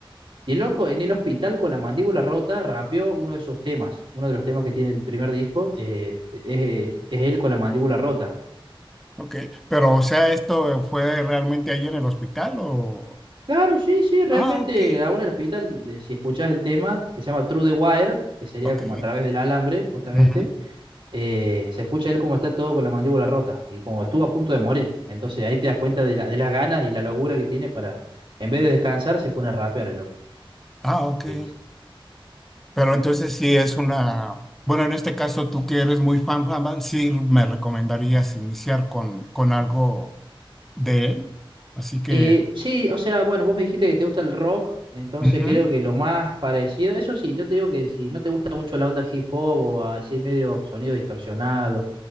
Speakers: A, on the right; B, in the centre.
A: y el loco en el hospital con la mandíbula rota rapeó uno de sus temas. Uno de los temas que tiene el primer disco eh, es, es él con la mandíbula rota.
B: Ok. Pero, o sea, ¿esto fue realmente ahí en el hospital o...?
A: Claro, sí, sí, realmente
B: Ah, ok.
A: grabó en el hospital. de- si escuchás el tema que se llama Through the Wire, que sería
B: Ok.
A: como a través del alambre, justamente,
B: ujú,
A: eh, se escucha él como está todo con la mandíbula rota y como estuvo a punto de morir. Entonces ahí te das cuenta de, la- de las ganas y la locura que tiene para, en vez de descansar, se pone a rapear el loco,
B: Ah, ok.
A: ¿viste?
B: Pero entonces sí es una... Bueno, en este caso, tú que eres muy fan, fan, fan, sí me recomendarías iniciar con, con algo de él. Así que...
A: Eh, sí, o sea, bueno, vos me dijiste que te gusta el rock, entonces
B: ujú,
A: creo que lo más parecido, eso sí, yo te digo que si no te gusta mucho la onda hip hop o así medio sonido distorsionado,